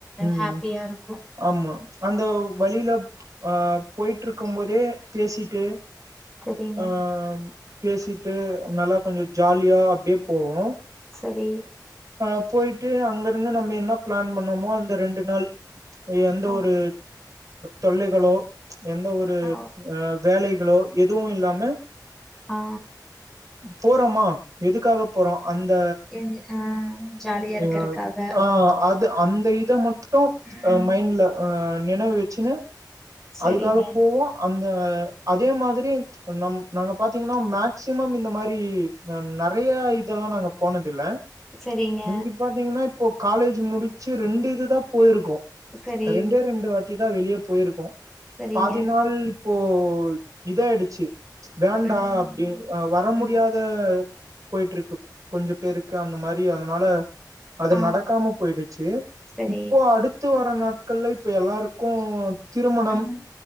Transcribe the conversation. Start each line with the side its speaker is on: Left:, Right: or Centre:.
Right: ம்
Centre: ஹாப்பியா இருக்கும்.
Right: ஆமா அந்த வழில அ போயிட்ருக்கு போதே பேசிட்டு
Centre: சரிங்க.
Right: அ பேசிட்டு நல்லா கொஞ்சோ ஜாலியா அப்டியே போவோ
Centre: சரி
Right: அ போயிட்டு அங்கருந்து நம்ம என்ன பிளான் பண்ணோமோ அந்த ரெண்டு நாள் எந்த
Centre: ஓ.
Right: ஒரு தொல்லைகளோ எந்த ஒரு
Centre: ஆ.
Right: அ வேலைகளோ எதுவும் இல்லாம
Centre: ஆ
Right: போறோமா எதுக்காக போறோம் அந்த
Centre: என் ஆ ஜாலியா
Right: இந்த
Centre: இருக்கறக்காக.
Right: ஆ அ அது அந்த இத மட்டும்
Centre: ம்.
Right: மைண்ட்ல ஆ நினைவ் வெச்சுன்னு
Centre: சரிங்க.
Right: அதுக்காக போவோ அந்த அதே மாதிரி நம் நாங்க பாத்தீங்ன்னா மேக்சிமம் இந்த மாரி நெறைய இதெல்லா நாங்க போனது இல்ல
Centre: சரிங்க.
Right: இங்கு பாத்தீங்கன்னா இப்போ காலேஜ்ஜி முடிச்சு ரெண்டு இது தா போயிருக்கோ
Centre: சரி.
Right: ரெண்டே ரெண்டு வாட்டி தா வெளியே போயிருக்கோ
Centre: சரிங்க.
Right: பாதி நாள் இப்போ இதாயிடுச்சு வேண்டா
Centre: ம்.
Right: அப்டின் அ வர முடியாத
Centre: ம்.
Right: போய்ட்ருக்கு கொஞ்ச பேருக்கு அந்த மாரி அதனால அது
Centre: ஆ
Right: நடக்காம போயிடுச்சு
Centre: சரி
Right: இப்போ அடுத் அத்து வர நாட்கள்ல இப்போ எல்லாருக்கும் திருமணம்
Centre: ம்